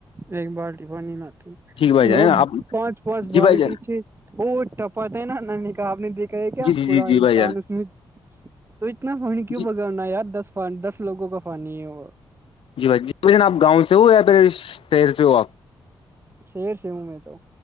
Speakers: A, on the right (about 25°); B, on the left (about 75°).
A: ایک بالٹی پانی نہتی
B: ٹھیک بھائی جان
A: لوگ
B: آپ
A: پانچ پانچ
B: جی
A: بالٹی
B: بھائی جان
A: چ وہ ٹپاتا ہے نا نانی کہا آپ نے دیکھا ہے کیا
B: جی جی
A: پورا
B: جی جی
A: انسان
B: بھائی جان
A: اس میں تو اتنا پانی کیوں
B: جی
A: بگانا ہے یار دس دس لوگوں کا پانی ہے وہ
B: جی بھائی جی بھن آپ گاؤں سے ہو یا پھر شہر سے ہو آپ
A: شیر سے ہوں میں تو